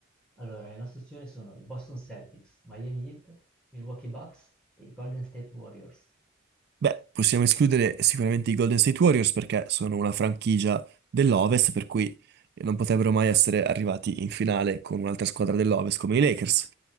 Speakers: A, in the centre; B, on the right.
A: Allora, le nostre opzioni sono i Boston Celtics, Miami Heat, Milwaukee Bucks e i Golden State Warriors.
B: Beh, possiamo escludere sicuramente i Golden State Warriors perché sono una franchigia dell'Ovest, per cui non potrebbero mai essere arrivati in finale con un'altra squadra dell'Ovest come i Lakers.